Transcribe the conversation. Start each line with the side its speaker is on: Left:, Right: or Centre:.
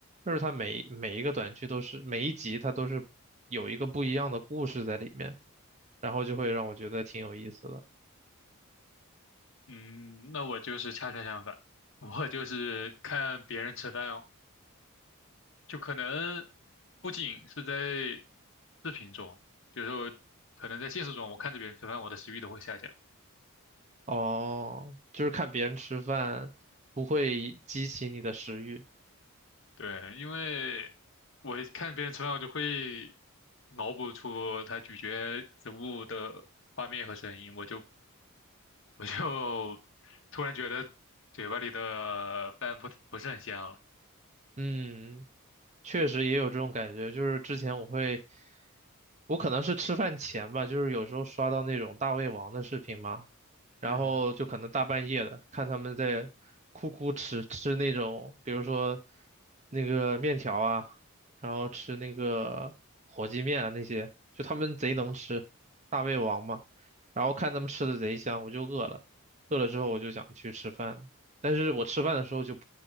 Right: 就是他每每一个短剧都是每一集他都是有一个不一样的故事在里面，然后就会让我觉得挺有意思的。
Left: 嗯，那我就是恰恰相反。我就是看别人吃饭，哦。就可能不仅是在视频中，就是说可能在现实中，我看着别人吃饭，我的食欲都会下降。
Right: 哦，就是看别人吃饭不会激起你的食欲，
Left: 对，因为我看别人吃饭，我就会脑补出他咀嚼食物的画面和声音，我就我就 <laughs> 突然觉得嘴巴里的饭不不是很香了。
Right: 嗯。确实也有这种感觉，就是之前我会，我可能是吃饭前吧，就是有时候刷到那种大胃王的视频嘛，然后就可能大半夜的看他们在哭哭吃吃那种，
Left: 嗯，
Right: 比如说那个面条啊，然后吃那个火鸡面啊那些，就他们贼能吃，大胃王嘛，然后看他们吃的贼香，我就饿了，饿了之后我就想去吃饭了但是我吃饭的时候就不